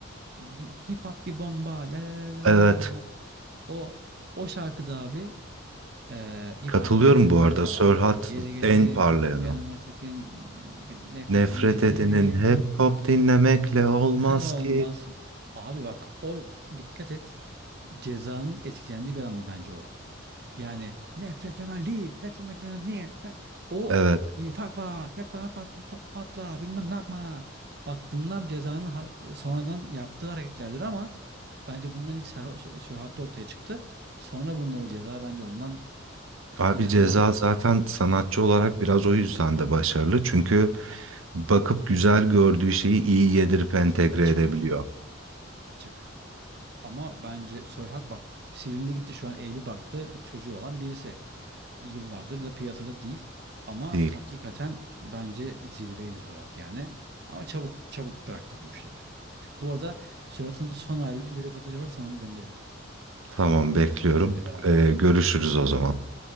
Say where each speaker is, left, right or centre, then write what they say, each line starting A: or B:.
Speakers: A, on the right; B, on the right.
A: e, hi- hip hop bir bomba la la la la
B: Evet.
A: la la la. O o şarkıda abi eee hip
B: Katılıyorum
A: hop bir bomba
B: bu arada. Sörhat
A: geri getirin
B: en parlayanı.
A: yanıma sitin nefreti
B: Nefret
A: dinle ye
B: edinin
A: ye.
B: hep hop dinlemekle olmaz
A: He, olmaz.
B: ki.
A: Abi bak o dikkat et. Cezanın etkilendiği bir adamdı bence o. Yani nefret temelli, nefret temelli, o
B: Evet.
A: fakva, yapma, pat, pat- patla, bilmem ne yapma. Bak bunlar cezanın har- sonradan yaptığı hareketlerdir ama bence bunlar ilk Serha- Serhat'ta ortaya çıktı. Sonra bunların ceza bence ondan
B: Abi
A: ilham
B: Ceza
A: aldı.
B: zaten sanatçı olarak biraz o yüzden de başarılı. Çünkü bakıp güzel gördüğü şeyi iyi yedirip entegre
A: Açık,
B: edebiliyor.
A: açık. Ama bence Sörhat bak silindi gitti şu an evli barklı bir çocuğu olan birisi. Yıllardır da piyasada değil. Ama
B: Değil.
A: hakikaten bence zirveydi Sörhat yani. Ama çabuk çabuk bıraktı bu işleri. Bu arada Sörhat'ın son halini bir röportaj yaparsan onu gönderirim.
B: Tamam bekliyorum.
A: Kızıyla beraber.
B: Ee, görüşürüz o zaman.